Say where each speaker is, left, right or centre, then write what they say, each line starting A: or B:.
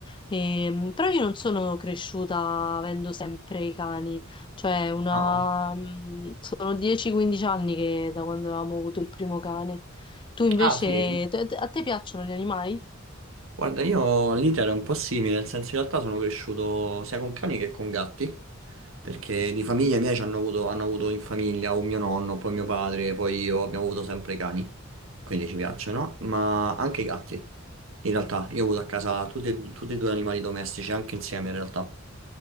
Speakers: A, on the left; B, on the right.
A: E, mm, però io non sono cresciuta avendo sempre i cani. Cioè, una...
B: No?
A: mh, sono 10-15 anni che da quando avevamo avuto il primo cane. Tu invece,
B: Ah, sì?
A: te- te- a te piacciono gli animali?
B: Guarda, io l'iter è un po' simile, nel senso in realtà sono cresciuto sia con cani che con gatti, perché di famiglia mia ci hanno avuto, hanno avuto in famiglia un mio nonno, poi mio padre, poi io, abbiamo avuto sempre cani, quindi ci piacciono, ma anche i gatti. In realtà io ho avuto a casa tutti, e- tutti e due animali domestici, anche insieme in realtà.